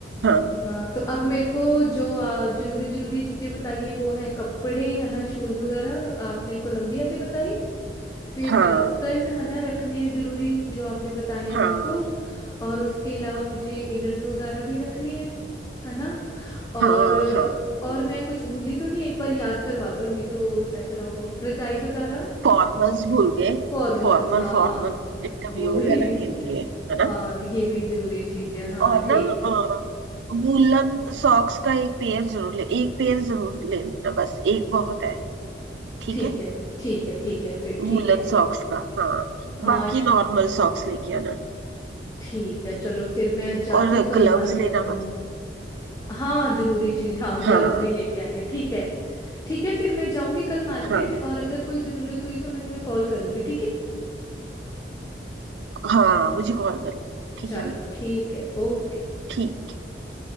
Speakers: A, on the right (about 80°); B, on the left (about 20°).
A: हाँ
B: हाँ तो अब मेरे को जो आ, जरूरी जरूरी चीजें बताई हैं वो हैं कपड़े है ना शूज वगैरह आपने कोलंबिया के बताई फिर
A: हाँ
B: बर्तन है ना रखने हैं जरूरी जो आपने बताए हैं
A: हाँ
B: मेरे को और उसके अलावा मुझे इनर्स वगैरह भी रखने हैं है ना और
A: हाँ हाँ बिल्कुल
B: और मैं कुछ भूली तो नहीं एक बार याद करवा दो नहीं तो ऐसा ना हो रजाई वगैरह
A: फॉर्मल्स भूल गए
B: फॉर्मल्स
A: फॉर्मल
B: हाँ
A: फॉर्मल इंटरव्यू
B: वो भी
A: वगैरह के लिए है ना
B: हाँ ये भी जरूरी चीज है हाँ
A: और
B: ठीक
A: ना अ, वूलन सॉक्स का एक पेयर जरूर ले एक पेयर जरूर ले लेना बस एक बहुत है ठीक
B: ठीक
A: है
B: है ठीक है ठीक है फिर ठीक
A: वूलन
B: है
A: सॉक्स का हाँ
B: हाँ
A: बाकी
B: श-
A: नॉर्मल सॉक्स लेके आना
B: ठीक है चलो फिर मैं जाती
A: और
B: हूँ कल
A: ग्लव्स
B: मार्केट
A: लेना
B: हाँ
A: मत
B: हाँ जरूरी चीज हाँ ग्लव्स
A: हाँ
B: भी लेके आने हैं, ठीक है ठीक है फिर मैं जाऊंगी कल मार्केट
A: हाँ
B: और अगर कोई जरूरत हुई तो मैं तुम्हें कॉल करूंगी ठीक है
A: हाँ मुझे कॉल कर लेना, ठीक
B: चलो
A: है ना
B: ठीक है ओके
A: ठीक